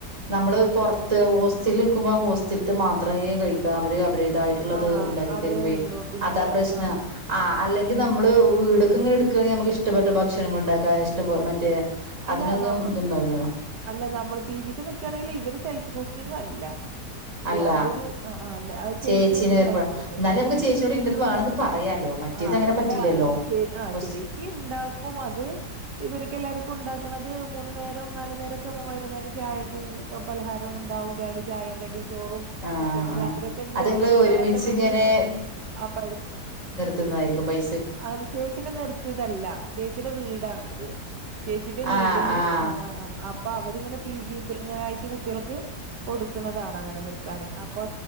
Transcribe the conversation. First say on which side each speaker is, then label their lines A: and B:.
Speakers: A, on the right; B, on the right.
A: നമ്മള്
B: ആ
A: പെർ ത്ത് ഹോസ്റ്റലിൽ നിൽക്കുമ്പോ ഹോസ്റ്റലത്ത് മാത്രമേ കഴിക്കാ അവര് അവരുേത്ത് ളള്ളത്
B: ആ
A: ഒണ്ടാക്കി
B: അതേ
A: തരുമ്പഴേ
B: ഉള്ളൂ പിന്നെ
A: അതാ പ്രശ്നം
B: ആ
A: ആഹ് അല്ലെ നമ്മള് വീടൊക്കെങ്ങനെ എടുക്കുകണെങ്കിൽ നമുക്ക് ഇഷ്ടപ്പെട്ട ഭക്ഷണങ്ങൾ ഉണ്ടാക്കാ ഇഷ്ട പോലെ മറ്റേ
B: അല്ല
A: അതിനൊന്നും
B: നമ്മ
A: ഇതു ഉണ്ടാവില്ല.
B: അല്ല നമ്മള് പി ജിക്ക് നിക്കുകയാണെങ്കില് ഇവര് സെൽഫ് കുക്കിങ് അല്ല. ഈ
A: അല്ല
B: യതൊരു ആഹ് അല്ല അത് ചേച്ചിന്നെ
A: ചേച്ചീനെ
B: ഉണ്ടാക്കി
A: ഏർപ്പ
B: കൊടുക്കാണ്
A: എന്നാലും നമുക്ക്
B: ആഹ്
A: ചേച്ചിയോട് ഇന്നത് വേണന്ന് പറയാലോ മറ്റേത്
B: ആഹ്
A: അങ്ങനെ പറ്റില്ലല്ലോ
B: അല്ല ചേ ആഹ്
A: ഹോസ്
B: ചേച്ചി ഉണ്ടാക്കും അത് ഇവർക്കല്ലർക്ക ക്കുണ്ടാക്കണത് മൂന്നു നേരവും നാലു നേരം ഒക്കെ വൈകുന്നേരം ചായക്കും പലഹാരവും ഉണ്ടാവും രാവിലെ ചായയും കടിയും ചോറും
A: ആ
B: ഉച്ചക്ക്
A: ആ
B: രാത്രിക്കെ ഇണ്ട്
A: അത് നിങ്ങള്
B: ഫുഡുകളൊക്കെ
A: ഒരുമിച്ച്
B: വ്യത്യസ്മായിട്ട്
A: ഇങ്ങനെ
B: ആഹ് പൈസ
A: തിന്നയിരിക്കും പൈ
B: അങ്ങനെ ചേച്ചീനെ നിർത്തിയതല്ല ചേച്ചിയുടെ വീടാണത്. ചേച്ചിന്റെ
A: ആ
B: വീട്ടില്
A: ആ
B: ആഹ് അപ്പൊ അവരിങ്ങനെ പി ജി ഇങ്ങനായിട്ട് കുട്ടികൾക്ക് കൊടുക്കുണതാണ് അങ്ങനെ നിക്കാന് അപ്പൊ